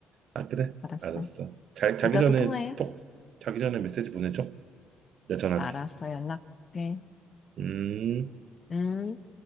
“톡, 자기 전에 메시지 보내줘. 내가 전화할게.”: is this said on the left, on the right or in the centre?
Right